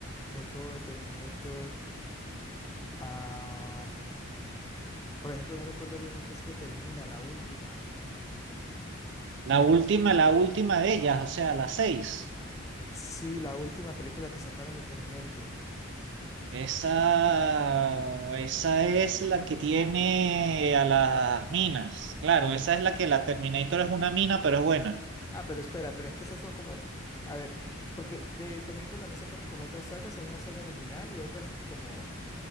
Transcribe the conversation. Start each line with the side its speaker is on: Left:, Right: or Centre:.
Left: de todo de Terminator. Ah, por ejemplo, no recuerdo bien en qué es que termina la última.
Right: La
Left: Eh,
Right: última, la última de ellas, o sea, la seis.
Left: sí, la última película que sacaron de Terminator.
Right: Esa, esa es la que tiene a las minas. Claro, esa es la que la Terminator es una mina, pero es buena.
Left: Ah, pero espera, pero es que esas son como, a ver, porque de Terminator también sacaron como otras sagas, hay una saga original y otras como